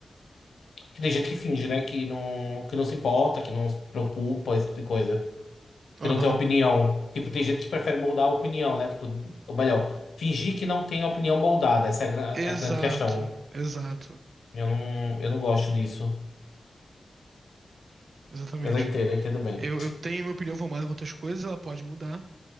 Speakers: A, on the left (about 85°); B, on the right (about 65°).
A: Que tem gente que finge, né? Que não, que não se importa, que não se preocupa, esse tipo de coisa. Que
B: aham.
A: não tem opinião. Tipo, tem gente que prefere moldar a opinião, né? Tipo, ou melhor, fingir que não tem opinião moldada. Essa é a, gran-
B: Exato,
A: a grande questão.
B: exato.
A: Eu não, eu não gosto disso.
B: Exatamente.
A: Mas eu entendo, eu entendo bem.
B: Eu, eu tenho minha opinião formada com outras coisas, ela pode mudar,